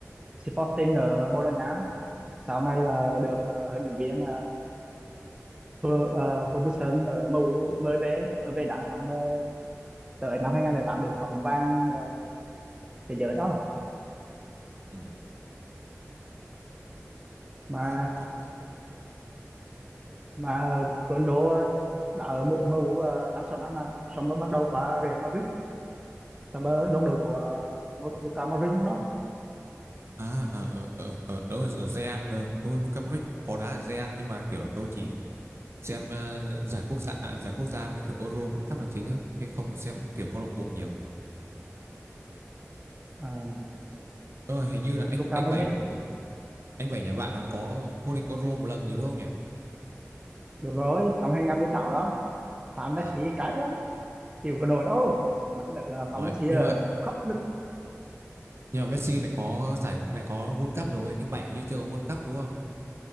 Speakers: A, on the right; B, on the right.
A: Sporting ở Bồ Đào Nha sau này là được ờ, huấn luyện viên uh, Ferguson ở MU mới về mới về đá xong ờ, tới năm 2008 được quả bóng vàng ờ, thế giới đó
B: Ừ.
A: mà
B: Thế còn còn-
A: mà Ronaldo ờ, đã ở mu- MU ờ, năm sáu năm mà bắt- xong mới bắt đầu qua Real Madrid xong mới đồng đội của uh, Luka Modric lúc đó
B: à, à ở ở ở ở, ở Zean ờ, tôi Luka Modric có đá ở Zean nhưng mà kiểu tôi chỉ xem ờ, giải quốc gia à, giải quốc gia với kiểu Euro World Cup là chính thôi chứ không có xem kiểu câu lạc bộ nhiều.
A: uh,
B: Nhưng mà hình như là anh
A: Luka
B: anh
A: Modric
B: Bảy anh Bảy nhà bạn nó có vô địch Euro một lần rồi đúng không nhỉ?
A: đúng rồi năm 2016 đó Phạm
B: À,
A: Messi cái lắm chịu cái nổi đâu nặng nữa là Phạm
B: vậy
A: Messi ờ,
B: nhưng mà
A: khóc nức
B: nhưng mà Messi lại có giải lại có World Cup rồi, anh Bảy hình như chưa có World Cup đúng không?